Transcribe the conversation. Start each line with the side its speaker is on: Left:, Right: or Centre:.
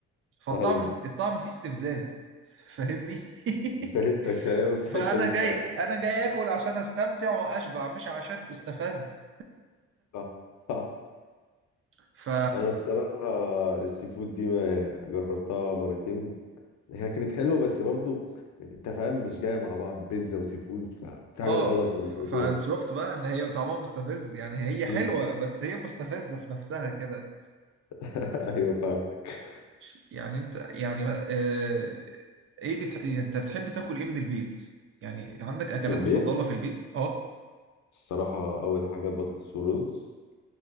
Right: فالطعم
Left: ايوه
Right: الطعم فيه استفزاز <laughs> فاهمني <laughs>
Left: فهمتك ايوه في
Right: فانا
Left: الحتة دي الصراحة
Right: جاي انا جاي اكل عشان استمتع واشبع مش عشان استفز
Left: صح صح
Right: ف
Left: انا الصراحة السي فود دي ما جربتها مرتين هي كانت حلوة بس برضه انت فاهم مش جاية مع بعض بيتزا وسي فود ففي حاجة
Right: اه
Left: غلط في الموضوع
Right: ف- فصرفت بقى ان هي طعمها مستفز يعني هي
Left: مم.
Right: حلوه بس هي مستفزه في نفسها كده
Left: <laughs> ايوه فاهمك
Right: ش- يعني انت يعني ما- آه، ايه بتح... يعني انت بتحب تاكل ايه من البيت يعني عندك اكلات
Left: في البيت
Right: مفضله في البيت اه
Left: الصراحة أول حاجة البطاطس والرز